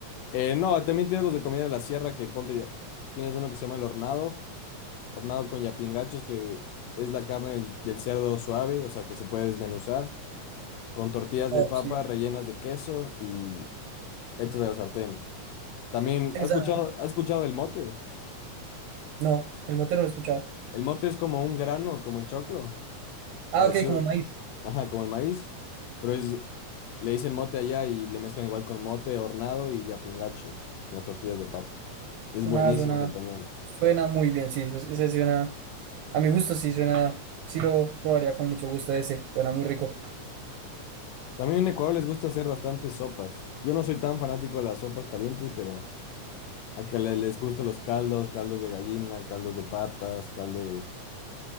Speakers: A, on the left; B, on the right.
A: Eh, no, también tienes los de comida de la sierra que ponte, tienes uno que se llama el hornado, hornado con yapingachos que es la carne del, del cerdo suave, o sea que se puede desmenuzar, con tortillas
B: Oh,
A: de papa
B: sí.
A: rellenas de queso y hechos de la sartén. También,
B: Esa,
A: ¿has escuchado, has escuchado el mote?
B: no, el mote no lo he escuchado.
A: El mote es como un grano, como el choclo,
B: Ah,
A: parecido,
B: ok, como maíz.
A: ajá, como el maíz, pero es, le dicen mote allá y le mezclan igual con mote, hornado y yapingachos, las tortillas de papa. Es
B: Nada,
A: buenísimo,
B: suena,
A: o sea, también.
B: suena muy bien, sí, ese ese suena, a mi gusto sí suena, sí lo probaría con mucho gusto ese, suena muy rico.
A: También en Ecuador les gusta hacer bastantes sopas. Yo no soy tan fanático de las sopas calientes, pero acá le- les gustan los caldos, caldos de gallina, caldos de patas, caldo de,